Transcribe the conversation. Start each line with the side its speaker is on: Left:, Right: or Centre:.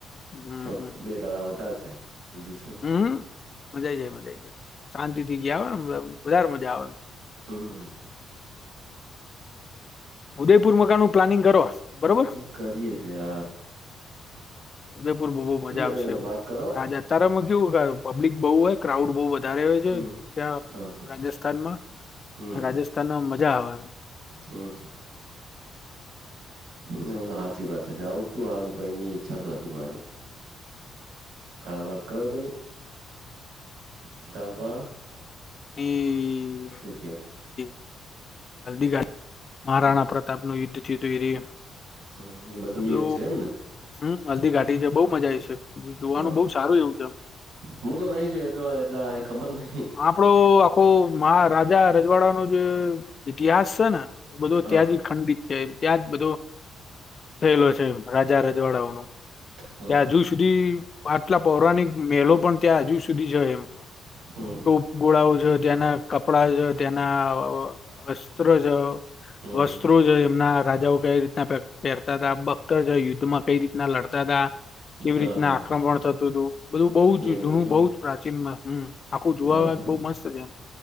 Left: હમ
Right: શોખ
Left: હમ
Right: બે દાડા વધારે થાય દૂશો <inaudible>
Left: હમ મજા આવી જાય મજાઈ જાય શાંતિ થી ગયા આવે ને વધારે મજા આવેને
Right: હમ
Left: ઉદયપુર મકાન નું પ્લાનિંગ કરો બરોબર
Right: કરીએ છે આપ
Left: ઉદયપુર બહુ, મજા આવશે
Right: તમે
Left: એ
Right: વાત કરો
Left: રાજા એમાં કેવું હોય કે પબ્લિક બહ હોય ક્રાઉડ બવ વધારે હોય છે,
Right: હમ
Left: તયા
Right: હા હા
Left: રાજસ્થાનમા
Right: હમ
Left: રાજસ્થાનમા, મજા આવે
Right: હા મને સાચી વાત છે, જાઉં તું હારૂ કઈની ઈચ્છા તો હતી, મારી ગાલ વાત કરો, તમે સ્ટાફ બા
Left: હમ
Right: શુંકે
Left: હલ્દીઘાટ મહારાણા
Right: હમ
Left: પ્રતાપનું યુદ્ધથી થઈ, રહયુ
Right: હમ એ બધું ઈ
Left: ધ
Right: જ છે એમને
Left: હમ હલ્ધદી ઘાટી છે, બહ મજા આવી છે. જોવાનું
Right: હા
Left: બહુ
Right: હા
Left: સારું એવું છેમ
Right: હું તો નહી જોયો એક વાર એટલે હારી ખબર નહિ
Left: આપડો આખો મહારાજા રજવાડા ન જે ઇતિહાસ છે ને એ બધો
Right: હા
Left: ત્યાં
Right: હા
Left: જ ખંડિત છે ત્યાં જ બધો થયેલો છે રાજા રજવાડાઓ ન
Right: હા
Left: ત્યાં
Right: હા
Left: હજુ સુધી આટલા પૌરાણિક મહેલો પણ ત્યાં હજુ સુધી છે એમ
Right: હમ
Left: ટૂપ ગોળાઓ જો ત્યાંના કપડા છે તેના અસ્ત્ર જો
Right: હમ
Left: વસ્ત્રો જો એમના રાજાઓ કઈ રીતના પહેરતા હતા ભક્તર યુદ્ધમાં કઈ રીતના લડતા હતા કેવી
Right: હા
Left: રીતના
Right: હા
Left: આક્રમણ થતું હતું બધું બઉ જ
Right: એવું
Left: જૂનું
Right: છે
Left: બહ
Right: એમ ને?
Left: જ પ્રાચીન હમ આખું જોવા
Right: હા હા
Left: બહુ મસ્ત છે એમ